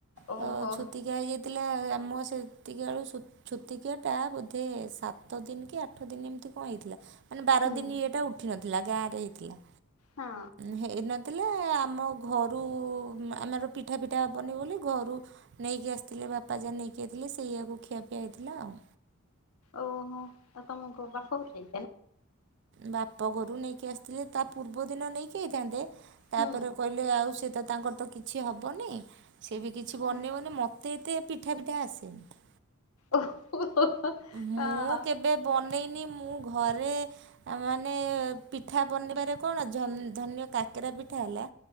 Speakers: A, on the left (about 75°); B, on the right (about 50°).
A: ଓହୋ
B: ତ ଛୁତିକିଆ ହେଇଯାଇ ଥିଲା ଆମ ସେତିକି ବଳୁ ଛୁ ଛୁତିକିଆ ଟା ବୋଧେ ସାତ ଦିନ କି ଆଠ ଦିନ ଏମିତି କଣ ହେଇଥିଲା ମାନେ ବାର
A: ହୁଁ
B: ଦିନ ଇଏଟା ଉଠିନଥିଲା ଗାଁରେ ହେଇଥିଲା।
A: ହଁ।
B: ହେଇନଥିଲା ଆମ ଘରୁ ଆମର ପିଠା ପିଠା ହବନି ବୋଲି ଘରୁ ନେଇକି ଆସିଥିଲେ ବାପା ଯା ନେଇକି ଆସିଥିଲେ ସେଇୟଆକୁ ଖିଆପିଆ ହେଇଥିଲା ଆଉ।
A: ଓହୋ ଆଉ ତମକୁ ବାପହରେ
B: ବାପଘରୁ ନେଇକି ଆସିଥିଲେ ତା ପୂର୍ବ ଦିନ ନେଇକି ଆଇଥାନ୍ତେ ତାପରେ
A: ହୁଁ
B: କହି ଆଉ ସେ ତ ତାଙ୍କର ତ କିଛି ହବନି ସେ ବି କିଛି ବନେଇବନି
A: ହୁଁ
B: ମ ତେ ଏତେ ପିଠା ଫିଠା ଆସେନି
A: ଓହୋ ହଁ
B: ମୁଁ କେବେ ବନେଇନି ମୁଁ ଘରେ ଆ ମାନେ ପିଠା ବନେଇିବାରେ କଣ ଧରିନିଅ କାକରା ପିଠା ହେଲା